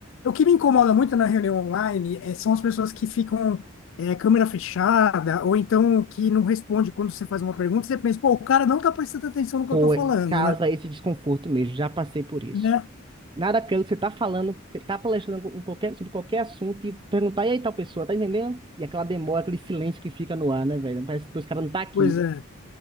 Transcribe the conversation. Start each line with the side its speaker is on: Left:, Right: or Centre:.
Left: O que me incomoda muito na reunião online é, são as pessoas que ficam é, câmera fechada, ou então que não responde quando você faz uma pergunta. Você pensa, pô, o cara não tá prestando atenção no que
Right: Pô,
Left: eu tô falando,
Right: causa
Left: né?
Right: esse desconforto mesmo. Já passei por isso.
Left: Né?
Right: Nada pelo que você tá falando, que tá palestrando em qualquer- sobre qualquer assunto e perguntar, e aí tal pessoa, tá entendendo? E aquela demora, aquele silêncio que fica no ar, né, velho? Parece que os caras não tá aqui.
Left: Pois é.